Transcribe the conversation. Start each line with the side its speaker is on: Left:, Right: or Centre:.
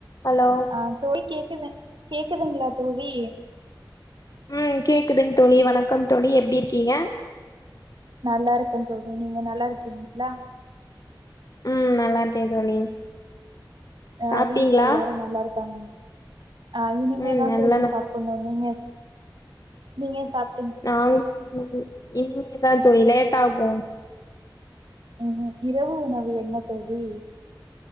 Left: Hello
Right: ஆஹ் தோழி கேக்குது கேக்குதுங்களா தோழி
Left: உம் கேக்குதுங் தோழி வணக்கம் தோழி எப்டி இருக்கீங்க?
Right: நல்லா இருக்கேன் தோழி நீங்க நல்லா இருக்கீங்களா?
Left: உம் நல்லா இருக்க தோழி
Right: ஆஹ்
Left: சாப்ட்டீங்களா
Right: வீட்டுல எல்லாரும் நல்லா இருக். த‌ம் ஆஹ் இனிமேதான்
Left: ம் நல்லா
Right: தோழி
Left: நா
Right: சாப்டணும் நீங்க நீங்க சாப்
Left: நாங்க <unintelligible> இனிமேதா தோழி லேட் ஆகும்
Right: உம்ஹும் இரவு உணவு என்ன தோழி